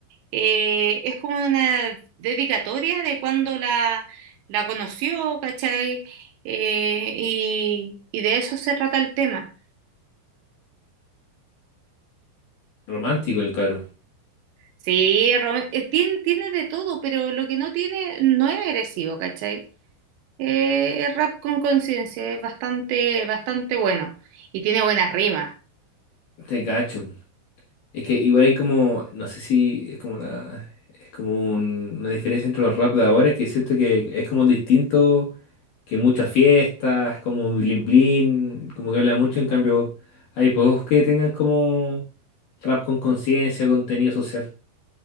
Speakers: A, on the right (about 75°); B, on the left (about 60°).
A: eh, es como una dedicatoria de cuando la, la conoció, ¿cachai? Eh, y, y de eso se trata el tema.
B: Romántico el cabro.
A: Sí, Rome- eh, tiene, tiene de todo, pero lo que no tiene no es agresivo, ¿cachai? Eh, es rap con conciencia, es bastante, bastante bueno y tiene buenas rimas.
B: Te cacho. Es que igual hay como, no sé si es como una, es como un- una diferencia entre los rap de ahora, es que siento que es como distinto, que muchas fiestas, como blin blin, como que habla mucho, en cambio hay pocos que tengan como rap con conciencia, contenido social.